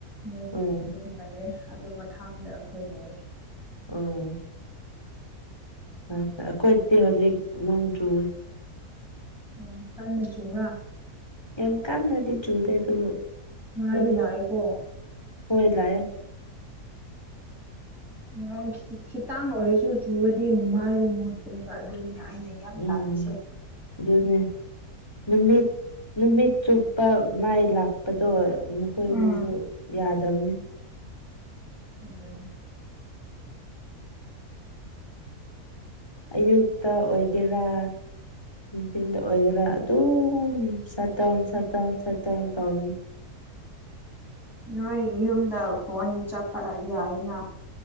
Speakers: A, in the centre; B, on the left (about 15°).
A: ꯃꯣꯏꯒꯤ
B: ꯎꯝ
A: ꯌꯨꯝ ꯂꯩꯔꯦ ꯑꯗꯨ ꯃꯊꯥꯡꯗ ꯑꯩꯈꯣꯏ ꯂꯩꯔꯦ
B: ꯑꯣ <unintelligible> ꯑꯩꯈꯣꯏꯇꯤ ꯍꯧꯖꯤꯛ ꯅꯣꯡ ꯆꯨꯔꯦ
A: ꯅꯣꯡ ꯀꯥꯟꯅ ꯆꯨꯕ꯭ꯔꯥ
B: ꯌꯥꯝ ꯀꯟꯅꯗꯤ ꯆꯨꯗꯦ ꯑꯗꯨꯕꯨ
A: ꯃꯥꯏꯗꯤ
B: ꯑꯗꯨꯝ
A: ꯂꯥꯛꯏꯀꯣ
B: ꯍꯣꯏ ꯂꯥꯑꯦ <inaudible>
A: ꯅꯣꯡ ꯈꯤ ꯈꯤꯇꯥꯡ ꯑꯣꯏꯔꯁꯨ ꯆꯨꯨꯔꯗꯤ ꯃꯥꯏꯗꯣ ꯃꯣꯠꯄꯅꯦꯕ ꯑꯗꯨꯅꯦ ꯑꯩꯅ ꯌꯥꯝ
B: ꯎꯝ
A: ꯇꯥꯜꯂꯤꯁꯦ
B: ꯑꯗꯨꯅꯦ ꯅꯨꯃꯤꯠ ꯅꯨꯃꯤꯠ ꯆꯨꯞꯄ ꯃꯥꯏ ꯂꯥꯛꯄꯗꯣ ꯃꯈꯣꯏꯒꯤꯁꯨ
A: ꯎꯝ
B: ꯌꯥꯗꯕꯅꯤ
A: ꯑꯗꯨꯅꯦ
B: ꯑꯌꯨꯛꯇꯥ ꯑꯣꯏꯒꯦꯔꯥ ꯅꯨꯡꯊꯤꯟꯗ ꯑꯣꯏꯒꯦꯔꯥ ꯑꯗꯨꯝ ꯁꯥꯠꯇꯥꯎꯟ ꯁꯥꯠꯇꯥꯎꯟ ꯁꯥꯠꯇꯥꯎꯟ ꯇꯥꯎꯅꯤ
A: ꯅꯣꯏ ꯌꯨꯝꯗ ꯐꯣꯟ ꯆꯞꯄ ꯌꯥꯏꯅ